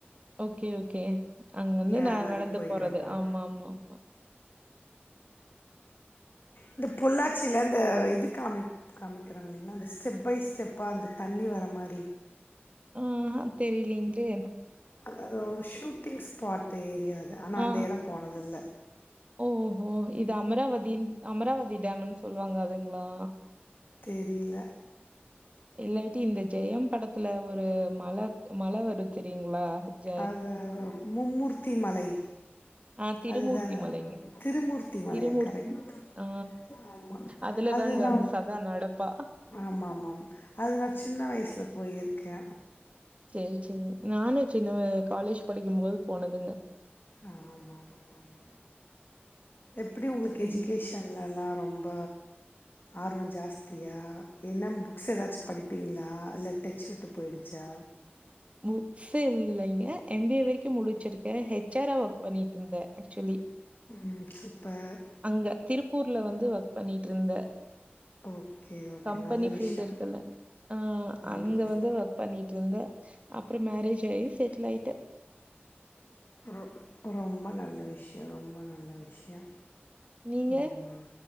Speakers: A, on the right; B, on the left.
A: ஓகே ஓகே அங்க வந்து நா
B: அது மாதிரி
A: நடந்து
B: போயிட்டு
A: போறது
B: வந்தோம்
A: ஆமா ஆமா ஆமா
B: இந்த பொள்ளாச்சியில அந்த இது காமி காமிக்கிறாங்க இலீலைங்களா அந்த ஸ்டெப் பை ஸ்டெப்பா அந்த தண்ணி வர மாரி
A: ஆ தெரிலிங்ளே
B: அ ஒரு ஷூட்டிங் ஸ்பாட் ஏரியாது ஆனா
A: ஆ.
B: அந்த எடோ போனது இல்ல
A: ஓஹோ இது அமராவதி அமராவதி டேம்ன்னு சொல்லுவாங்க அதுங்களா
B: தெரியில
A: இல்லாட்டி இந்த ஜெயம் படத்துல ஒரு மல மல வரு தெரியுங்களா ஜ
B: அது மும்மூர்த்தி மலை
A: ஆ திருமூர்த்தி
B: அதுதான
A: மலைங்க.
B: திருமூர்த்தி மலைய
A: திருமூர்
B: கரெக்ட்
A: ஆ
B: ஆமா
A: அதுல
B: அது
A: தாங்க
B: நா
A: அந்த சதா நடப்பா.
B: ஆமா ஆமா ஆம் அது நா சின்ன வயசுல போயிருக்கே
A: செரி செரி நானு சின்ன வ காலேஜ் படிக்கும்போது போனதுங்க
B: ஆ ஆமா ஆமா ஆமா ஆமா எப்டி உங்களுக்கு
A: ம்.
B: எஜிகேஷன்லல்லா ரொம்ப ஆர்வம் ஜாஸ்தியா என்ன புக்ஸ் ஏதாச்சு படிப்பீங்களா இல்ல டச் விட்டு போயிருச்சா
A: புக்ஸ் இல்லைங்க எம் பி ஏ வரைக்கு முடிச்சிருக்க ஹெச் ஆர் ஆ ஒர்க் பண்ணிட்டு இருந்தே ஆக்சுவலி
B: ம் சூப்பர்
A: அங்க திருப்பூர்ல வந்து ஒர்க் பண்ணிட்டு இருந்த
B: ஓகே ஓகே
A: கம்பெனி
B: நல்ல
A: ஃபீல்டு
B: விஷயம்
A: இருக்குல்ல ஆ
B: ஆமாம்
A: அங்க
B: ஆமாம்
A: வந்து ஒர்க் பண்ணி ட்டுருந்த அப்புறோ மேரேஜ் ஆயி செட்டில் ஆயிட்ட
B: ரொ ரொம்ப நல்ல விஷியோ ரொம்ப நல்ல விஷியோ
A: நீங்க?
B: ம்